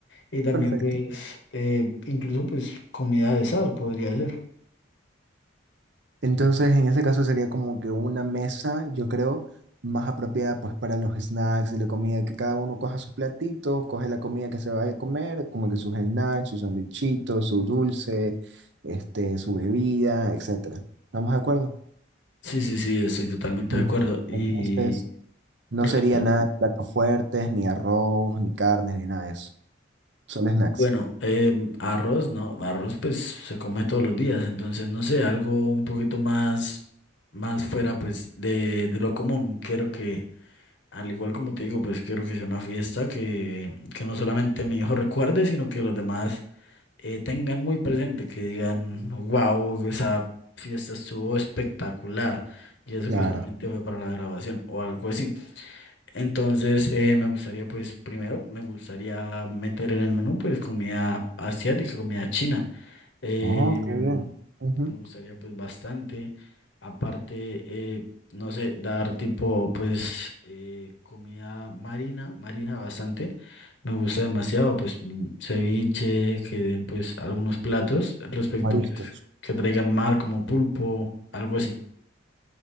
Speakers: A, on the left; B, on the right.
A: Y también
B: Perfecto.
A: pues eh, incluso pues comida de sal podría ser.
B: Entonces, en ese caso sería como que una mesa, yo creo, más apropiada pues para los snacks y la comida, que cada uno coja su platito, coge la comida que se vaya a comer, como que sus snacks, sus sandwichitos, su dulce, este, su bebida, etcétera. ¿Estamos de acuerdo?
A: Sí, sí, sí, estoy totalmente
B: Uf.
A: de acuerdo. Y
B: Entonces, no
A: respe-
B: sería nada de platos fuertes, ni arroz, ni carnes, ni nada de eso. Solo
A: bueno,
B: snacks.
A: em, arroz, ¿no? Arroz pues se come todos los días, entonces no sé, algo un poquito más, más fuera pues de, de lo común. Quiero que, al igual como te digo, pues quiero que sea una fiesta que, que no solamente mi hijo recuerde, sino que los demás eh, tengan muy presente, que digan, wow, esa fiesta estuvo espectacular, y eso
B: Claro.
A: que solamente fue para la grabación o algo así. Entonces, eh, me gustaría, pues, primero, me gustaría meter en el menú, pues, comida asiática, comida china. Ujú. Em,
B: Oh, qué bien. Ujú.
A: me gustaría pues bastante. Aparte, eh, no sé, dar tipo pues eh, comida marina, marina bastante. Me gusta demasiado pues mm, ceviche, que den pues algunos platos respecto
B: Mariscos.
A: pues que traigan mar como pulpo, algo así.